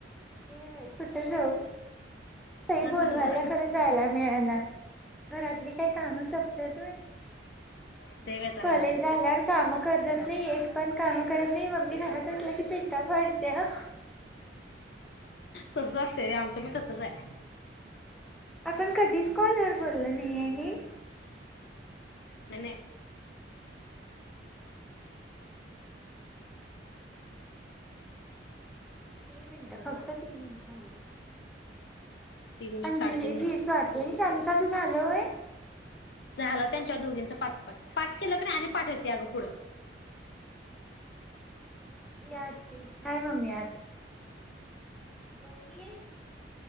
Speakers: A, in the centre; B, on the left.
A: ये बाई कुठ जाऊ
B: कुठं
A: तई
B: जातेस
A: बोलवाल्या
B: वर
A: खरं जायला मिळना घरातली
B: होय
A: काही काम सप त्यात व्हय
B: नको वाटतंय बाई आता
A: कॉलेज
B: घरातले
A: झाल्यावर काम करतात
B: काम
A: नाही एक पण काम कळत नाही मम्मी घरात असलं की पिट्टा पाडत्या
B: तस असतय व्हय आमचं पण तसच आहे.
A: आपण कधीच कॉलवर बोल्लो नय नाही
B: नाही नां
A: तीन मिनिट फक्त तीन मिनिट राहिलय
B: तीन मिनिट
A: अंजली
B: साडेतीन मिनिट
A: ही स्वाती आणि <unintelligible> तसं झालंय होय
B: झालं त्यांच्या दोघींचं पाच पाच पाच केलं की नाही आणि पाच येतय अगं पुढं
A: या आती हाय मम्मी आत बरीये